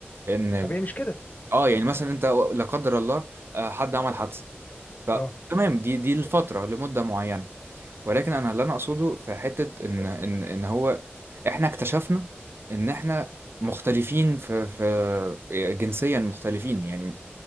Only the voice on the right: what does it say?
ان
اه يعني مثلا انت لا قدر الله آه، حد عمل حادثة فتمام
دي دي الفترة لمدة معينة ولكن انا اللي انا اقصده في حتة ان ان ان هو احنا اكتشفنا ان احنا مختلفين في في في- جنسيا مختلفين يعني